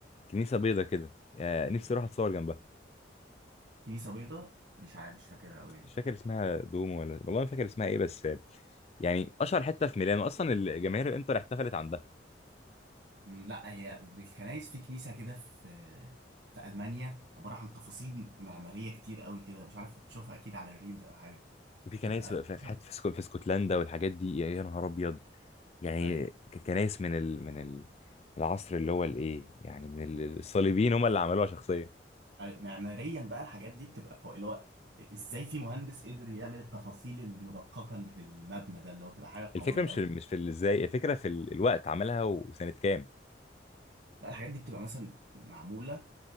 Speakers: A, on the left; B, on the right.
A: كنيسه بيضه كده آه، نفسي اروح اتصور جنبها
B: كنيسه بيضاء مش عارف مش فاكرها قوي يعني
A: مش فاكر اسمها دومو ولا والله ما فاكر اسمها ايه بس آه، يعني اشهر حته في ميلانو اصلا الجماهير الانتر احتفلت عندها
B: أمم، لا هي بالكنايس في كنيسه كده في في المانيا عباره عن تفاصيل معماريه كتير قوي كده مش عارف تشوفها اكيد على الريلز او حاجه
A: وفي كنايس
B: تبقى
A: في
B: كنيسه
A: في حته في اسكو- في اسكتلندا والحاجات دي يا يا نهار ابيض يعني
B: ايوه
A: ك- كنايس من ال من ال العصر اللي هو الايه يعني من ال- الصليبيين هم اللي عملوها شخصيا
B: أيوة، معماريا بقى الحاجات دي بتبقى قوي اللي هو ازاي في مهندس قدر يعمل التفاصيل المدققه اللي في المبنى ده اللي هو بتبقى حاجه
A: الفكره
B: قويه
A: مش
B: قوي
A: مش في ازاي الفكره في ال- الوقت عملها وسنه كام
B: لا الحاجات دي بتبقى مثلا معموله